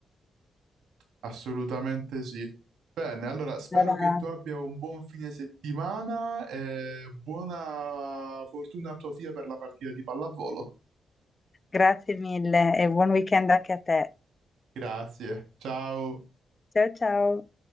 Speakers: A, on the right; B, on the left.
A: Assolutamente sì. Bene, allora spero
B: Allora,
A: che tu abbia un buon fine settimana e buona fortuna a tua figlia per la partita di pallavolo.
B: Grazie mille e buon weekend anche a te.
A: Grazie, ciao.
B: Ciao ciao.